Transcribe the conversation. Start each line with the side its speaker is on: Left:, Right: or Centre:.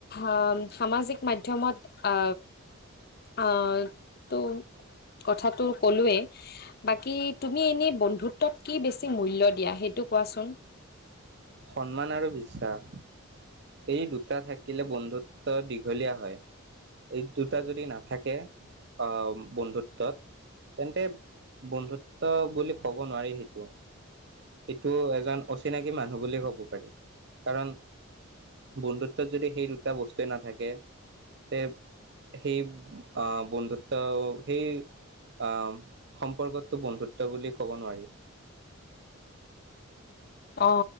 Left: আ সামাজিক মাধ্যমত আ আ, টো কথাটো ক'লোৱে বাকী তুমি এনে বন্ধুত্বত কি বেছি মূল্য দিয়া, সেইটো কোৱাচোন।
Right: সন্মান আৰু বিশ্বাস। এই দুটা থাকিলে বন্ধুত্ব দীঘলীয়া হয়। এই দুটা যদি নাথাকে আ, বন্ধুত্বত তেন্তে বন্ধুত্ব বুলি ক'ব নোৱাৰি সেইটো এইটো এজন অচিনাকি মানুহ বুলি ক'ব পাৰি কাৰণ বন্ধুত্বত যদি সেই দুটা বস্তুৱে নাথাকে তে সেই আ বন্ধুত্ব সেই অ সম্পৰ্কতটো বন্ধুত্ব বুলি ক'ব নোৱাৰি।
Left: অ